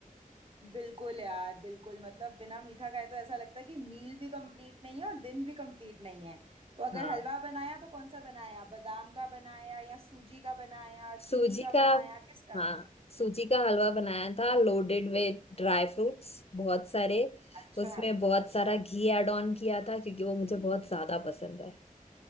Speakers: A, on the right; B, on the left.
A: बिल्कुल यार बिल्कुल मतलब बिना मीठा खाए तो ऐसा लगता है कि मील भी कंप्लीट नहीं है और दिन भी कंप्लीट नहीं है तो अगर
B: हाँ
A: हलवा बनाया तो कौन सा बनाया बादाम का बनाया या सूजी का बनाया
B: सूजी
A: चीनी का
B: का
A: बनाया किसका
B: हाँ सूजी का हलवा बनाया था लोडेड विद ड्राई फ्रूट्स बहुत सारे
A: अच्छा
B: उसमें बहुत
A: अच्छा
B: सारा घी ऐड ऑन किया था क्योंकि वो मुझे बहुत ज्यादा पसंद है